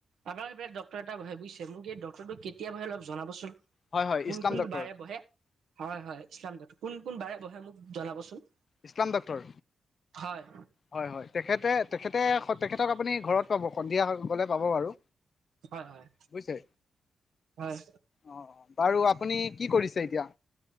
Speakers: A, on the right; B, on the left.
A: আপনাৰ সিফালে ডক্তৰ এটা ব'হে, বুইছে? মোক এই ডক কেতিয়া বহে অলপ জনাবচোন।
B: হয় হয়
A: কোন
B: ইছলাম
A: কোন
B: ডক্তৰ
A: বাৰে বহে জনাব চুন। হয়, হয়। ইছলাম ডট। কোন কোন বাৰে ব'হে মোক জনাবচোন।
B: ইছলাম ডক্টৰ,
A: হয়
B: হয়, হয়। তেখেতে তেখেতে তেখেতক আপুনি ঘৰত পাব সন্ধিয়া হৈ গল। সকলোৱে পাব বাৰু,
A: হয় হয়
B: বুইছে।
A: হয়।
B: অঁ, বাৰু আপুনি কি কৰিছে এতিয়া?